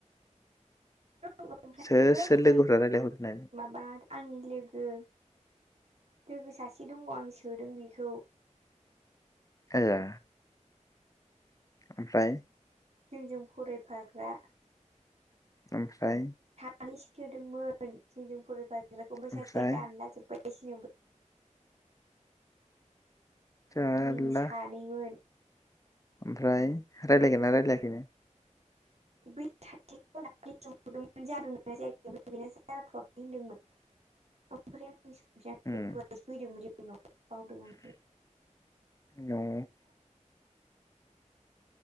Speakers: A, on the right; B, on the left.
A: ओमफ्राय
B: सोर सोर लोगोफ्रा
A: बै
B: रायलायहरो होननानै
A: माबा आंनि लोगो लोगो सासे दङ' आं सोदों बेखौ।
B: आया ओमफ्राय
A: जोंजों फरायफाग्रा
B: ओमफ्राय
A: <unintelligible> दोंमोन जोंजों फरायबा <unintelligible>
B: ओमफ्राय
A: सासेया दान्ला जोबबाय। <unintelligible>
B: जारला
A: मिनि सानैमोन।
B: ओमफ्राय रायलायगोन ना रायलायाखैनो
A: बै सासेखौ आं दाख्लै सोंहरदोंमोन जादों ना जायाखै बे जाथ'वाखै होनदोंमोन ओमफ्राय <unintelligible>
B: उम
A: <unintelligible> बावदों आं
B: न'